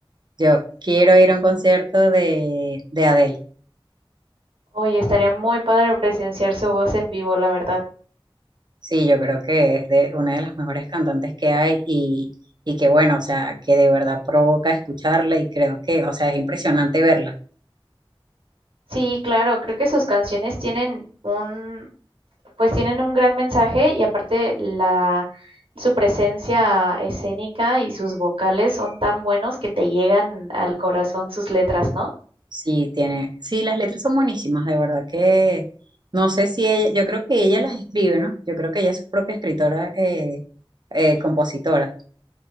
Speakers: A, on the right; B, on the right.
A: Yo quiero ir a un concierto de, de Adele.
B: Oye, estaría muy padre presenciar su voz en vivo, la verdad.
A: Sí, yo creo que es de una de las mejores cantantes que hay y, y que bueno, o sea, que de verdad provoca escucharla y creo que, o sea, es impresionante verla.
B: Sí, claro, creo que sus canciones tienen un, pues tienen un gran mensaje y aparte la, su presencia escénica y sus vocales son tan buenos que te llegan al corazón sus letras, ¿no?
A: Sí, tiene, sí, las letras son buenísimas, de verdad que no sé si ella, yo creo que ella las escribe, ¿no? Yo creo que ella es su propia escritora, eh, eh, compositora.